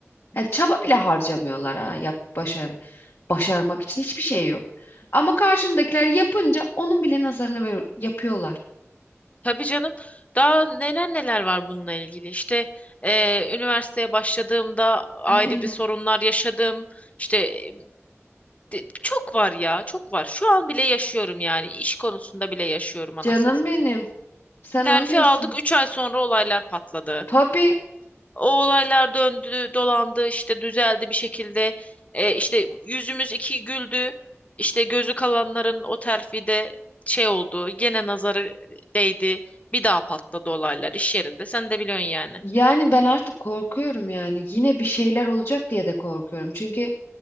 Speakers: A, on the left (about 65°); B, on the left (about 30°).
A: yani çaba bile harcamıyorlar ha. Yap başarım. Başarmak için hiçbir şey yok. Ama karşındakiler yapınca onun bile nazarını ver yapıyorlar.
B: Tabii canım daha neler neler var bununla ilgili işte e, üniversiteye başladığımda ayrı
A: Aynen.
B: bir sorunlar yaşadım işte e, de- çok var ya çok var şu an bile yaşıyorum yani iş konusunda bile yaşıyorum anasını
A: Canım
B: satayım.
A: benim. Sen
B: Terfi
A: onu diyorsun.
B: aldık 3 ay sonra olaylar patladı.
A: Tabii.
B: O olaylar döndü, dolandı, işte düzeldi bir şekilde. E, işte yüzümüz iki güldü. İşte gözü kalanların o terfide şey oldu. Gene nazarı değdi. Bir daha patladı olaylar iş yerinde. Sen de biliyorsun yani.
A: Yani ben artık korkuyorum yani. Yine bir şeyler olacak diye de korkuyorum. Çünkü